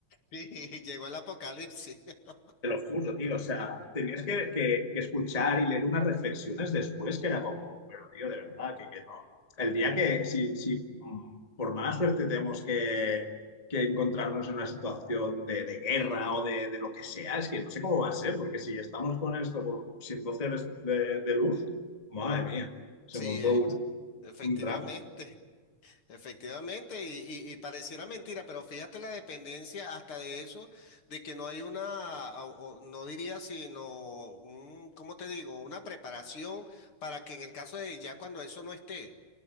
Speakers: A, on the left; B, on the left.
A: Sí, <laughs> llegó el apocalipsis. <laughs>
B: te lo juro, tío. O sea, tenías que, que- que escuchar y leer unas reflexiones después que era como, pero tío, de verdad, que, que no. El día que, si, si mm, por mala suerte tenemos que, que encontrarnos en una situación de, de guerra o de, de lo que sea, es que no sé cómo va a ser, porque si estamos con esto, con, sin 12 horas de, de luz, madre mía, se
A: Sí,
B: montó
A: ¿eh?
B: una,
A: Efectivamente,
B: un drama.
A: efectivamente, y, y- y pareciera mentira, pero fíjate la dependencia hasta de eso, de que no hay una, o- o no diría sino, un, ¿cómo te digo? Una preparación para que en el caso de ya cuando eso no esté,